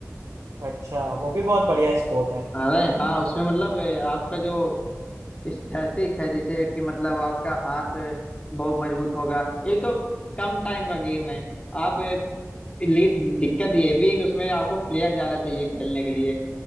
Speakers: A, on the right; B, on the left.
A: अच्छा वो भी बहुत बढ़िया स्पोर्ट है
B: अरे हाँ उसमें मतलब ए, आपका जो स्थैतिक है जैसे कि मतलब आपका हाथ बहुत मजबूत होगा ये तो कम टाइम का गेम है आप लीड दिक्कत ये भी है कि उसमें आपको प्लेयर ज्यादा चाहिए खेलने के लिए